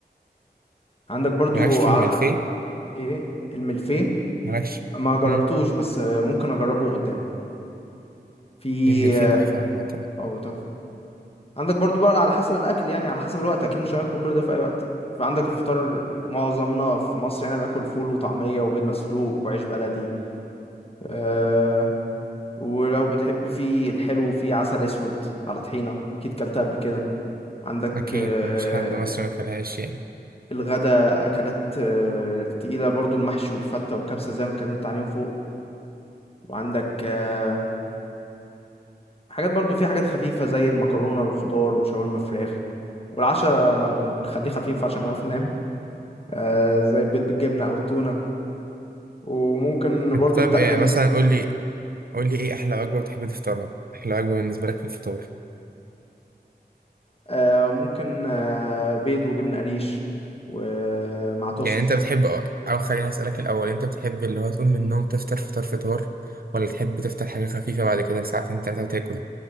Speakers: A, on the left; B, on the right.
A: عندك برضو
B: مالكش في
A: ع-
B: الملفيه
A: ايه الملفيه
B: مالكش
A: ما جربتوش
B: امم
A: بس آه، ممكن اجربه قدام في
B: الملفيه
A: اه
B: تحفه عامه
A: أو تحفة. عندك برضو بقى على حسب الاكل يعني على حسب الوقت اكيد مش هناكل كل ده في اي وقت فعندك الفطار معظمنا في مصر يعني باكل فول وطعميه وبيض مسلوق وعيش بلدي أه ولو بتحب في الحلو في عسل اسود على طحينه اكيد كلتها قبل كده عندك
B: اكيد
A: أه
B: مفيش حد مصري ما كلهاش يعني
A: الغدا اكلات أه تقيله برضو المحشي والفته والكبسه زي ما اتكلمت عليهم فوق وعندك أه حاجات برضو في حاجات خفيفه زي المكرونه بالخضار وشاورما فراخ والعشاء ما بن- بنخليه خفيف عشان نعرف ننام آه، زي البيض بالجبنة أو التونة وممكن
B: <laughs> انت
A: برضو
B: طب
A: تقل
B: ايه مثلا قول لي قول لي ايه احلى وجبه بتحب تفطرها احلى وجبه بالنسبه لك في الفطار
A: آه، ممكن آه، بيض وجبنة قريش ومع توست
B: يعني انت بتحب او خليني اسالك الاول انت بتحب اللي هو تقوم من النوم تفطر فطار فطار ولا تحب تفطر حاجه خفيفه بعد كده ساعتين تلاته وتاكل